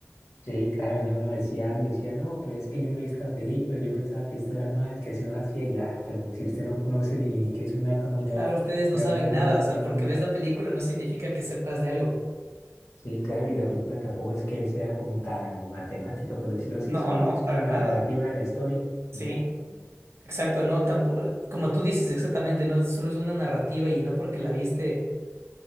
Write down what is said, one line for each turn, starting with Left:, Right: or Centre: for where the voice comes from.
Left: Sí, claro, yo uno decía algo y decía, no, pues es que yo me vi esta película, yo pensaba que esto era mal, que así nos hacía, y yo, ah, pero si usted no conoce ni, ni qué es un átomo, ya,
Right: Claro, ustedes no
Left: ya
Right: saben
Left: va a saber
Right: nada,
Left: cómo hacer
Right: o sea,
Left: una
Right: porque
Left: bomba.
Right: ves la película no significa que sepas de algo.
Left: Sí, claro, y la película tampoco es que sea como tan matemática, por decirlo así,
Right: No,
Left: solamente
Right: no,
Left: es como
Right: para nada.
Left: la narrativa de la historia.
Right: Sí.
Left: y ya.
Right: Exacto, no, tampoco, como tú dices exactamente, no solo es una narrativa y no porque la viste